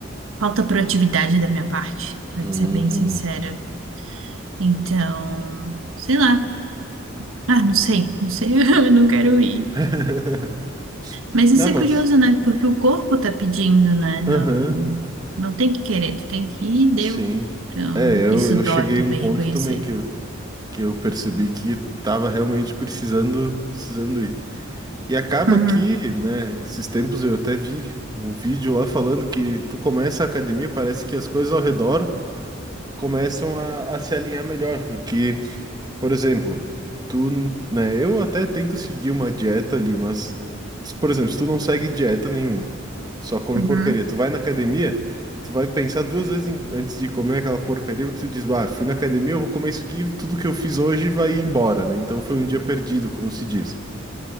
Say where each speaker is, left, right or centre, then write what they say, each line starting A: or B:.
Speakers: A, on the right; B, on the right.
A: falta proatividade da minha parte, pra
B: Hum.
A: te ser bem sincera. Então, sei lá. Ah, não sei, não sei, <laughs> eu não quero ir.
B: <laughs>
A: Mas isso
B: Não,
A: é
B: mas.
A: curioso, né? Porque o corpo tá pedindo, né? Não,
B: Aham,
A: não tem que querer, tu tem que ir, deu.
B: sim.
A: Então,
B: É, eu,
A: isso
B: eu
A: dói
B: cheguei
A: também
B: a um ponto
A: reconhecer.
B: também que eu, que eu percebi que tava realmente precisando, precisando ir. E acaba
A: Uhum,
B: que, né, esses tempos eu até vi um vídeo lá falando que tu começa a academia, parece que as coisas ao redor começam a, a se alinhar melhor, porque Por exemplo, tu, né, eu até tento seguir uma dieta ali, mas, por exemplo, se tu não segue dieta nenhuma, tu só come
A: uhum.
B: porcaria, tu vai na academia, tu vai pensar duas vezes em- antes de comer aquela porcaria, porque tu diz, ah, fui na academia, eu vou comer isso aqui, tudo que eu fiz hoje vai embora, né? Então foi um dia perdido, como se diz.